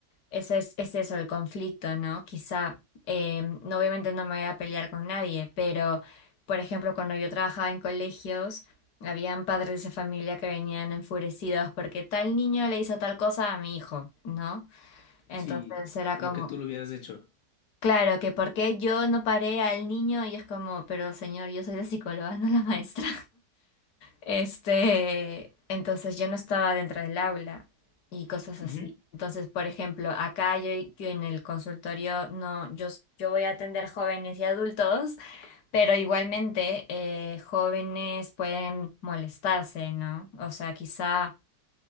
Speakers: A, on the left (about 65°); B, on the left (about 80°).
A: Ese es, es eso, el conflicto, ¿no? Quizá, eh, no, obviamente no me voy a pelear con nadie, pero, por ejemplo, cuando yo trabajaba en colegios, habían padres de familia que venían enfurecidos porque tal niño le hizo tal cosa a mi hijo, ¿no? Entonces
B: Sí,
A: era
B: como
A: como,
B: que tú lo hubieras hecho.
A: claro, que por qué yo no paré al niño y es como, pero señor, yo soy la psicóloga, <laughs> no la maestra. Este, entonces yo no estaba dentro del aula y cosas así.
B: Ujú.
A: Entonces, por ejemplo, acá yo, yo en el consultorio no, yo, s- yo voy a atender jóvenes y adultos, pero igualmente eh, jóvenes pueden molestarse, ¿no? O sea, quizá,